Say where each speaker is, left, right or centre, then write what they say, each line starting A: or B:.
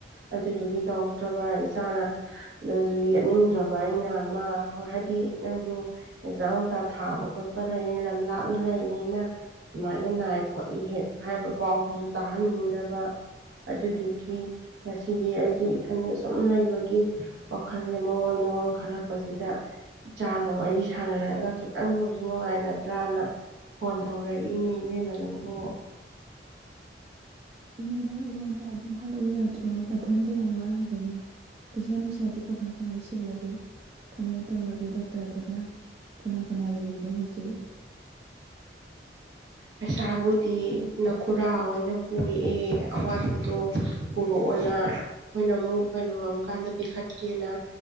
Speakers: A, on the right (about 85°); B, on the right (about 35°).
A: ꯑꯗꯨꯗꯨꯒꯤ ꯇꯧꯔꯛꯇ꯭ꯔꯕ ꯏꯆꯥꯅ ꯑꯗꯨꯁꯨ ꯌꯦꯠꯅꯤꯡꯗ꯭ꯔꯕ ꯑꯩꯅ ꯣ ꯍꯥꯏ ꯅꯪꯗꯨ ꯑꯦꯛꯖꯥꯡ ꯩꯖꯥ ꯊꯥꯕ ꯈꯣꯠꯄ ꯂꯩ ꯂꯝ ꯂꯥꯞꯅ ꯂꯩ ꯃꯤꯅ ꯁꯨꯃꯥꯏꯅ ꯅꯥꯏ ꯈꯣꯠꯂꯤ ꯍꯦꯛ ꯍꯥꯏꯕ ꯄꯥꯎꯗꯨꯁꯨ ꯇꯥꯍꯟꯅꯤꯡꯗꯕ ꯑꯗꯨꯗꯨꯒꯤ ꯉꯁꯤꯗꯤ ꯑꯩꯁꯨ ꯏꯊꯟꯗ ꯁꯨꯝ ꯂꯩꯕꯒꯤ ꯋꯥꯈꯜꯁꯦ ꯃꯑꯣꯣꯟ ꯃꯑꯣꯣꯟ ꯈꯜꯂꯛꯄꯁꯤꯗ ꯏꯆꯥꯒ ꯋꯥꯔꯤ ꯁꯥꯟꯅꯔꯒ ꯈꯤꯇꯪ ꯂꯨꯁꯨ ꯅꯨꯡꯉꯥꯏꯒꯗ꯭ꯔꯅ ꯐꯣꯟ ꯇꯧꯔꯛꯏꯅꯤ ꯏꯕꯦꯝ ꯃꯅꯪꯕꯨ
B: ꯏꯉꯣꯟꯗ ꯑꯩꯉꯣꯟꯗ ꯑꯗꯨꯝ ꯍꯥꯏꯔꯛꯎ ꯌꯥꯗꯦ ꯅꯠꯇ꯭ꯔꯣ ꯅꯥꯊꯟꯇ ꯌꯥꯝ ꯋꯥꯔꯝꯒꯅꯤ ꯄꯩꯁꯥꯨ ꯁꯥꯗꯤ ꯀꯃꯥꯏ ꯀꯃꯥꯏꯁꯤ ꯂꯒꯦ ꯀꯃꯥꯏꯅ ꯇꯧꯔꯒꯦ ꯗꯣꯛꯇꯔꯗꯅ ꯀꯅꯥ ꯀꯅꯥ ꯂꯩꯔꯤꯅꯣ ꯍꯧꯖꯤꯛ
A: ꯄꯩꯁꯥꯕꯨꯗꯤ ꯅꯈꯨꯔꯥ ꯑꯣꯏꯅ ꯄꯨꯔꯛꯑꯦ ꯑꯋꯥꯠꯄꯗꯣ ꯄꯨꯔꯛꯑꯣꯅ ꯑꯩꯈꯣꯏꯅ ꯑꯃꯨꯛ ꯀꯩꯅꯣ ꯉꯝꯀꯥꯟꯗ ꯄꯤꯈꯠꯀꯦꯅ